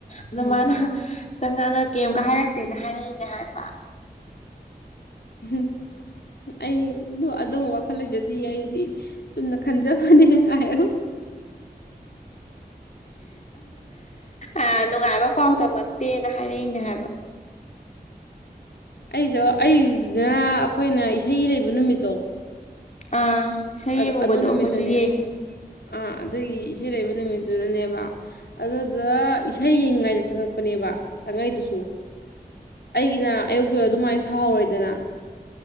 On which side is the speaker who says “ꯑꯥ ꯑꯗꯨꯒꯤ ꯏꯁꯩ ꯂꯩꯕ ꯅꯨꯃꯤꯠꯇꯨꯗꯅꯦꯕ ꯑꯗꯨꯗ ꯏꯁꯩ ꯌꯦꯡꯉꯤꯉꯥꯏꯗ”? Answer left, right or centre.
Left